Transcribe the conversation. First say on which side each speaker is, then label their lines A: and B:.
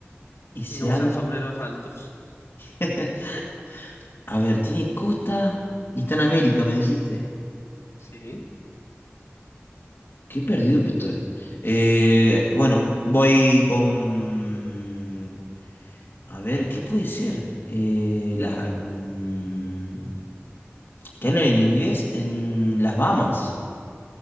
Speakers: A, on the left; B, on the left.
A: Y se
B: Y no usan
A: habla
B: sombreros altos.
A: <laughs> A ver, tiene costa y está en América, me dijiste.
B: Sí.
A: Qué perdido que estoy. Eh, bueno, voy con... A ver, ¿qué puede ser? Eh, la- mm, que hablan en inglés en las Bahamas.